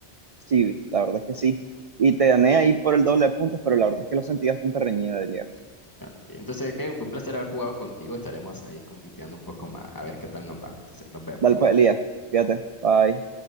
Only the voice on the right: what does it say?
Sí, la verdad es que sí. Y te gané ahí por el doble de puntos, pero la verdad es que lo sentí bastante reñido, Elías.
Dale
pues, Elías. Fíjate. Bye.